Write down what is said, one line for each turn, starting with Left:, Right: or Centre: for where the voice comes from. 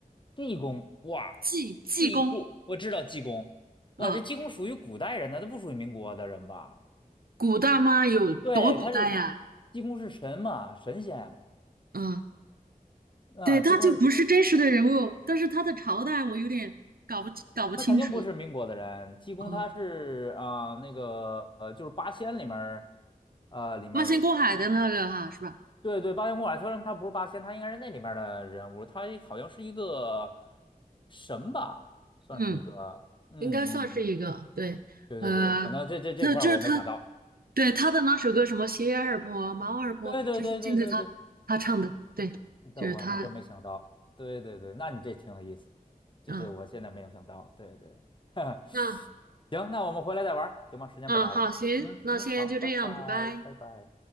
Left: 济公，哇，
Right: 济济公
Left: 济公，我知道济公，
Right: 啊，
Left: 哇，这济公属于古代人呢，他不属于民国的人吧？
Right: 古代吗？有多古代呀？
Left: 对，他是济公是神嘛，神仙啊，
Right: 啊，
Left: 啊，
Right: 对，他就不是真实的人物，
Left: 济公是
Right: 但是他的朝代我有点搞不搞不清楚。
Left: 他肯定不是民国的人，济公他是啊、
Right: 哦，
Left: 那个呃就是八仙里面儿，呃里面儿
Right: 八仙过海的那个哈，是吧？
Left: 对对八仙过海，虽然他不是八仙，他应该是那里面儿的人物，他好像是一个神吧，算是一个，
Right: 嗯，
Left: 嗯嗯嗯，
Right: 应该算是一个，对，
Left: 对对对，
Right: 呃，
Left: 可能这这这块儿我没想到。
Right: 就就是他对，他的那首歌什么《鞋儿破，猫儿破，
Left: 对对对对对对
Right: 就是真的他他唱的，对，
Left: 这我还真没想到。
Right: 就是他，
Left: 对对对，那你这挺有意思，这这我现在没有想到。
Right: 啊，
Left: 对对，<laughs>
Right: 啊，
Left: 行，那我们回来再玩儿行吗？时间不早了。
Right: 啊，好，行，
Left: 嗯嗯，
Right: 那先就这样，
Left: 好，拜拜，
Right: 拜拜。
Left: 拜拜。